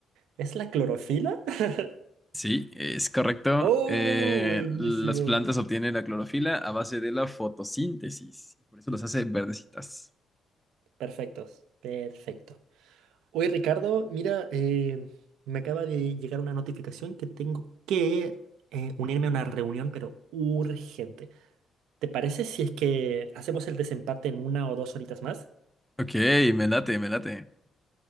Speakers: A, on the right; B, in the centre.
A: ¿Es la clorofila? <laughs>
B: Sí, es correcto.
A: Oh,
B: Eh,
A: buenísimo.
B: las plantas obtienen la clorofila a base de la fotosíntesis. y Por eso las hace verdecitas.
A: Perfectos. Perfecto. Oye, Ricardo, mira, eh, me acaba de llegar una notificación que tengo que eh, unirme a una reunión, pero urgente. ¿Te parece si es que hacemos el desempate en una o dos horitas más?
B: Ok, me late, me late.